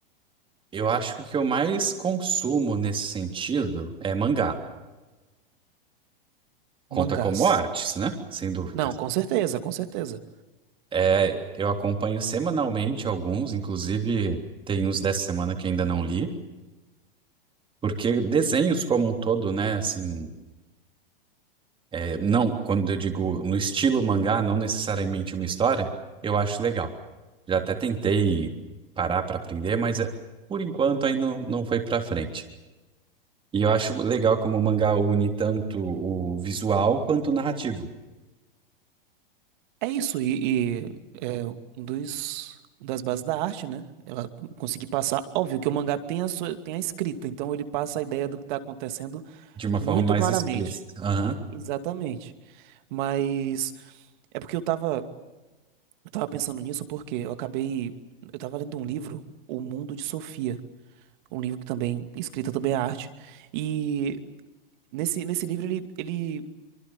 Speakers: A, on the right (about 15°); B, on the right (about 55°).
A: eu acho que o que eu mais consumo nesse sentido é mangá. Conta
B: mangás.
A: como artes, né? Sem dúvidas.
B: Não, com certeza, com certeza.
A: É, eu acompanho semanalmente alguns, inclusive tem uns dessa semana que ainda não li, porque desenhos como um todo, né? Assim. É, não, quando eu digo no estilo mangá, não necessariamente uma história, eu acho legal. Já até tentei parar para aprender, mas é, por enquanto ainda não, não foi para frente. E eu acho legal como o mangá une tanto o visual quanto o narrativo,
B: É isso, e, e é um dos, uma das bases da arte, né? Ela conseguir passar. Óbvio que o mangá tem a, sua- tem a escrita, então ele passa a ideia do que está acontecendo
A: de uma
B: muito
A: forma mais
B: claramente.
A: explícita. Aham.
B: Exatamente. Mas é porque eu tava, eu tava pensando nisso, porque eu acabei. Eu tava lendo um livro, O Mundo de Sofia, um livro que também, escrita também é arte. E nesse, nesse livro ele, ele